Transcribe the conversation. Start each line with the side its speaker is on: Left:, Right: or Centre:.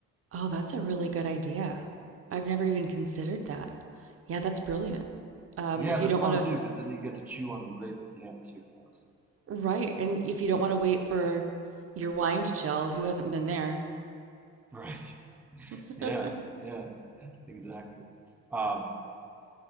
Right: Oh, that's a really good idea. I've never even considered that. Yeah, that's brilliant. Um,
Centre: Yeah,
Right: if
Centre: they're
Right: you don't
Centre: fun
Right: want to,
Centre: too because then you get to chew on the grape at the end too, you know. So.
Right: right, and if you don't want to wait for your wine to chill, who hasn't been there?
Centre: Right.
Right: <laughs>
Centre: Yeah. Yeah. Exactly. Um,